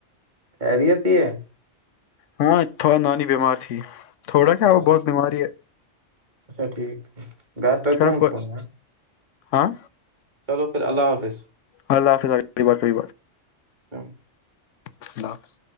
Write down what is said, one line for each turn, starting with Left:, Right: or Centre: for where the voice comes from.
Right: خیریت ہی ہے
Left: ہاں تھوڑا نانی بیمار تھی تھوڑا کیا
Right: اچھا
Left: وہ بہت بیماری ہے
Right: اچھا ٹھیک ٹھیک گھر پہ
Left: چلو
Right: کون
Left: کوئی
Right: کون ہے
Left: ہاں
Right: چلو پھر اللہ حافظ
Left: اللہ حافظ اتی بات ہی
Right: ہ <unintelligible>
Left: اللہ حافظ